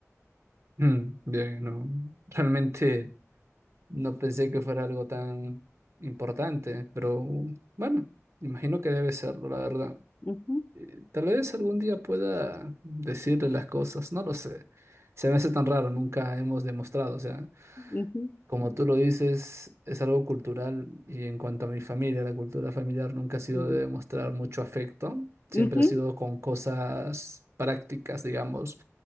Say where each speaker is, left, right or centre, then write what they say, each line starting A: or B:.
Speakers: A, on the right; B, on the left.
A: Mm, Bien, no, realmente no pensé que fuera algo tan importante, pero bueno, imagino que debe serlo, la verdad.
B: Ujú,
A: Eh, Tal vez algún día pueda decirle las cosas, no lo sé. Se me hace tan raro, nunca hemos demostrado, o sea,
B: ujú,
A: como tú lo dices, es algo cultural y en cuanto a mi familia, la cultura familiar nunca ha sido
B: sí.
A: de demostrar mucho afecto, siempre
B: Ujú,
A: ha sido con cosas prácticas, digamos.